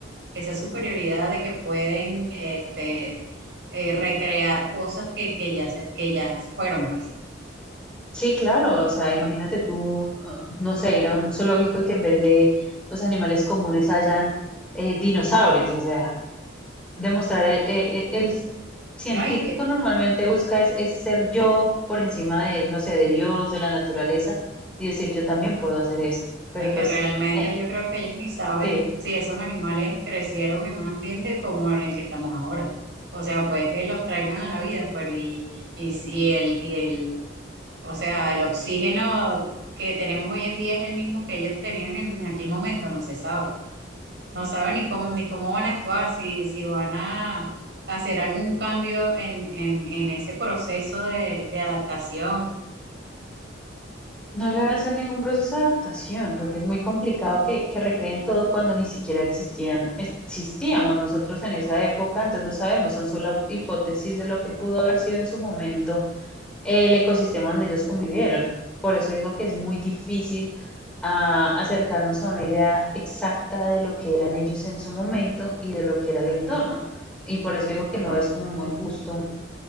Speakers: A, on the right; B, in the centre.
A: esa superioridad de que pueden este, eh, recrear cosas que, que ya, se- que ya fueron, pues.
B: Sí, claro, o sea, imagínate tú, ah, no sé, ir a un zoológico y que en vez de los animales comunes hayan eh, dinosaurios, o sea, demostrar el, e- e- el científico
A: ¿No? Y que,
B: normalmente busca es, es ser yo por encima de, no sé, de Dios, de la naturaleza y decir yo también puedo hacer esto, pero
A: Ay, que
B: pues,
A: realmente
B: eh,
A: yo creo que ellos ni saben
B: sí,
A: si esos animales crecieron en un ambiente como en el que estamos ahora. O sea, puede que los traigan a la vida, pero y, y, si el, y el, o sea, el oxígeno que tenemos hoy en día es el mismo que ellos tenían en aquel momento, no se sabe. No saben ni cómo, ni cómo van a actuar, si, si van a hacer algún cambio en, en, en ese proceso de, de adaptación.
B: No le van a hacer ningún proceso de adaptación, porque es muy complicado que, que recreen todo cuando ni siquiera existían, existíamos nosotros en esa época, entonces no sabemos, son solo hipótesis de lo que pudo haber sido en su momento el ecosistema donde ellos convivieron. Por eso digo que es muy difícil ah, acercarnos a una idea exacta de lo que eran ellos en su momento y de lo que era el entorno. Y por eso digo que no es como muy justo